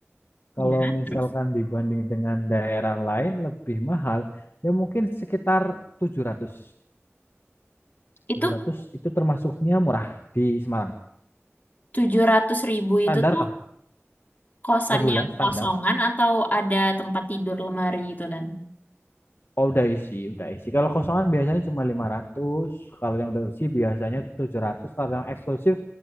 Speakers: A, on the left; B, on the left.
A: Kalau
B: Ya,
A: misalkan
B: terus
A: dibanding dengan daerah lain lebih mahal, ya mungkin sekitar tujuh ratus
B: itu
A: tujuh ratus itu termasuknya murah di Semarang.
B: tujuh ratus ribu
A: Standar
B: itu tuh
A: lah,
B: Kosan
A: per bulan
B: yang
A: standar.
B: kosongan atau ada tempat tidur lemari gitu dan
A: Oh, udah isi, udah isi. Kalau kosongan biasanya cuma 500 kalau yang udah isi biasanya 700 kalau yang eksklusif